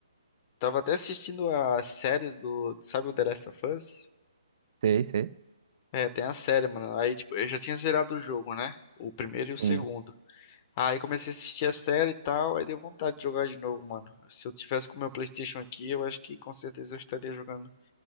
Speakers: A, on the left; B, on the right.
A: tava até assistindo a série do. Sabe o The Last of Us?
B: Sei, sei.
A: É, tem a série, mano. Aí, tipo, eu já tinha zerado o jogo, né? O primeiro e o segundo.
B: Sim.
A: Aí comecei a assistir a série e tal, aí deu vontade de jogar de novo, mano. Se eu tivesse com o meu PlayStation aqui, eu acho que com certeza eu estaria jogando